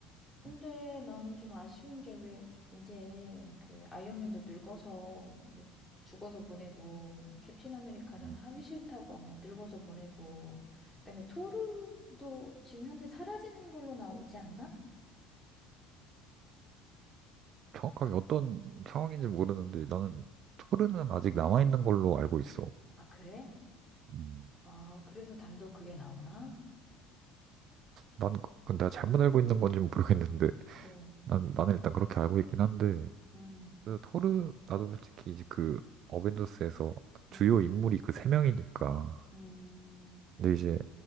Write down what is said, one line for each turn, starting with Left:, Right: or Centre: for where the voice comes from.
Centre: 근데
Right: 음,
Centre: 나는 좀 아쉬운 게 왜 이제 그 아이언맨도 늙어서 이제 죽어서 보내고 캡틴 아메리카는
Right: 음.
Centre: 하기 싫다고 아마 늙어서 보내고 그다음에 토르도 지금 현재 사라진 걸로 나오지 않나?
Right: 정확하게 어떤 상황인지 모르는데 나는 토르는 아직 남아있는 걸로 알고 있어.
Centre: 아 그래?
Right: 음.
Centre: 아 그래서 단독 그게 나오나?
Right: 난 그- 그건 내가 잘못 알고 있는 건지 모르겠는데
Centre: 어,
Right: 난 나는 일단 그렇게 알고 있긴 한데
Centre: 음,
Right: 그래서 토르 나도 솔직히 이제 그 어벤져스에서 주요
Centre: 음,
Right: 인물이 그 세 명이니까
Centre: 음,
Right: 근데 이제